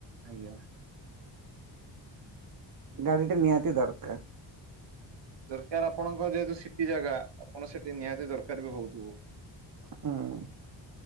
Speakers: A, on the right (about 70°); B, on the right (about 50°).
A: ଆଜ୍ଞା।
B: ଗାଡି ଟା ନିହାତି ଦରକାର।
A: ଦରକାର ଆପଣଙ୍କ ଯେହେତୁ ସିଟି ଜାଗା ଆପଣ ସେଠି ନିହାତି ଦରକାର ବି ହଉଥିବ।
B: ହଁ।